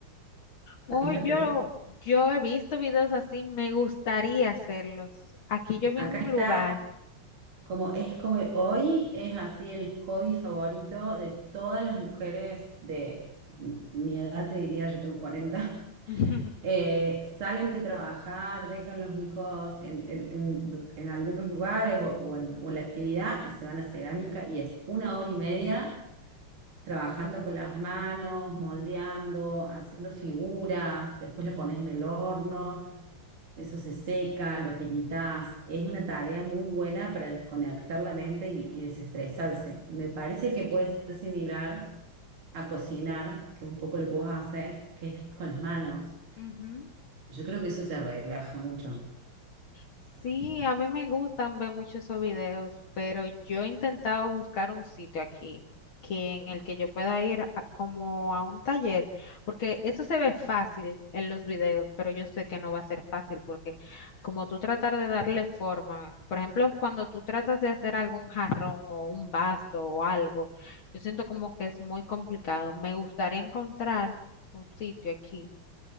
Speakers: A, on the left; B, on the right.
A: Oh,
B: ¿Sabes
A: yo,
B: lo que es?
A: yo he visto videos así, me gustaría hacerlos. Aquí yo vi
B: Acá
A: un
B: está
A: lugar.
B: Como es como que hoy es así el hobby favorito de todas las mujeres de mi edad, te diría, yo tengo cuarenta <laughs>
A: <laughs>
B: eh, salen de trabajar, dejan los hijos en, en- en- en algunos lugares o, o en, o en la actividad y se van a cerámica y es una hora y media trabajando con las manos, moldeando, haciendo figuras, después le pones en el horno. Eso se seca, lo pintás. Es una tarea muy buena para desconectar la mente y, y desestresarse. Me parece que puede ser similar a cocinar, que es un poco lo que vos haces, que es con las manos.
A: Ujú.
B: Yo creo que eso te relaja mucho.
A: Sí, a mí me gustan ver muchos esos videos, pero yo he intentado buscar un sitio aquí que en el que yo pueda ir a- como a un taller, porque eso se ve fácil en los videos, pero yo sé que no va a ser fácil porque como tú tratar de darle forma, por ejemplo, cuando tú tratas de hacer algún jarrón o un vaso o algo, yo siento como que es muy complicado. Me gustaría encontrar un sitio aquí